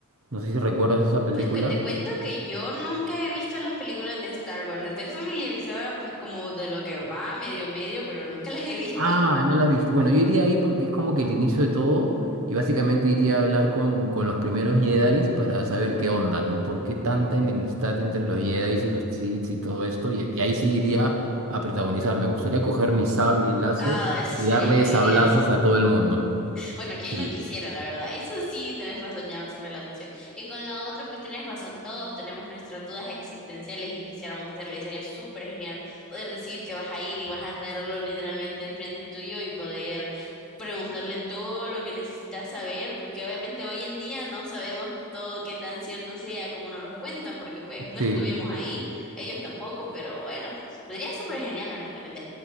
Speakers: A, on the right; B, in the centre.
A: No sé si recuerdas esa película.
B: Pues que te cuento que yo nunca he visto las películas de Star Wars. Estoy familiarizada pues como de lo que va medio medio, pero nunca las he visto.
A: Ah,
B: <laughs>
A: no la has visto. Bueno, yo iría ahí porque es como que el inicio de todo y básicamente iría a hablar con, con los primeros Jedi's para saber qué onda, ¿no? ¿Por qué tanta enemistad entre los Jedi's y los Sith y todo esto? Y, y ahí sí iría a protagonizar. Me gustaría coger mi sable láser
B: Ah, eso sería
A: y darle
B: muy genial.
A: sablazos a todo el mundo.
B: Bueno, quién
A: Sí.
B: no quisiera, la verdad. Eso sí, tenés razón, llama súper la atención. Y con lo otro, pues tenés razón, todos tenemos nuestras dudas existenciales y quisiéramos hacerlo. Y sería súper genial poder decir que vas a ir y vas a tenerlo literalmente enfrente tuyo y poder preguntarle todo lo que necesitas saber, porque obviamente hoy en día no sabemos todo qué tan cierto sea como nos los cuentan, porque pues no
A: Sí,
B: estuvimos ahí, ellos tampoco, pero bueno, sería súper genial, honestamente.